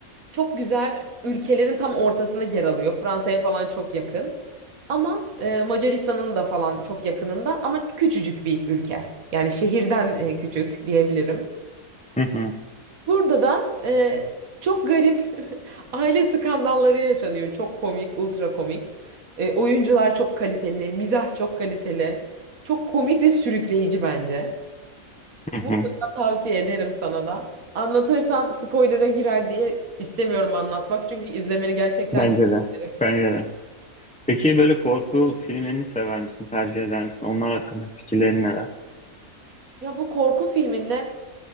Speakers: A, on the right; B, in the centre.
A: Çok güzel ülkelerin tam ortasında yer alıyor. Fransa'ya falan çok yakın. Ama e, Macaristan'ın da falan çok yakınında ama küçücük bir ülke. Yani şehirden e, küçük diyebilirim.
B: Hı hı
A: Burada da e, çok garip <laughs> aile skandalları yaşanıyor. Çok komik, ultra komik. E, oyuncular çok kaliteli, mizah çok kaliteli. Çok komik ve sürükleyici bence.
B: hı
A: Mutlaka
B: hı.
A: tavsiye ederim sana da. Anlatırsam spoiler'a girer diye istemiyorum anlatmak. Çünkü izlemeni gerçekten
B: Bence
A: çok
B: de.
A: isterim.
B: Bence de. Peki böyle korku filmlerini sever misin? Tercih eder misin? Onlar hakkında fikirlerin neler?
A: Ya bu korku filminde